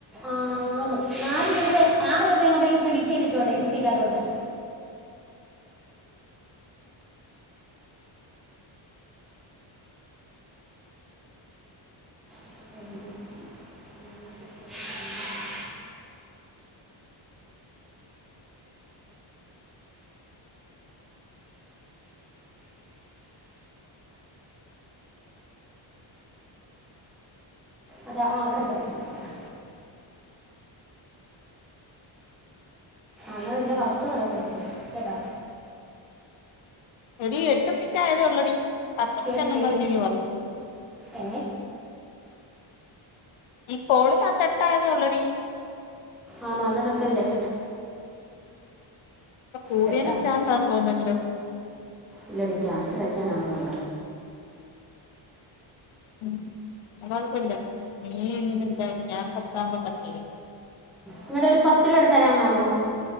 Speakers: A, in the centre; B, on the left.
A: ആറ് നാല് രൂപ ആറ് രൂപങ്ങോട്ടേലും ക്രെഡിറ്റ് ചെയ്തിട്ട് ഒണ്ടോ ഈ ചിട്ടിക്കാത്തോട്ട് <inaudible> അതെ ആ അവിടത്തൊ <unintelligible> എന്നാൽ നിന്റെ വർക്ക് നടക്കട്ട് കേട്ടോ
B: എടി എട്ട് മിനിറ്റ് ആയതേ ഒള്ളടി പത്ത് മിനിറ്റങ്ങന്തോല്ലേടി
A: കേട്ടില്ലടി
B: പറഞ്ഞെ
A: ഏ
B: ഈ കോളിനാത്ത് എട്ടായതേ ഒള്ളടി
A: ആന്നോ എന്നാ വെക്കല്ലേ
B: കൂടിയനെ
A: കെട്ടാപ്പൂ
B: പ്രാന്താന്ന് തോന്നല്ലോ
A: ഇല്ലടി ക്യാഷയച്ച് തരാൻ ആളൊണ്ട്
B: ഉം അത് കൊഴപ്പില്ല നീ ഇങ്ങനെ ഇന്താ ഞാൻ പത്താമ്പോ കട്ടെയ്യും
A: ഇങ്ങടൊരു പത്ത് രൂപയൂടെ തരാൻ കാണുവോ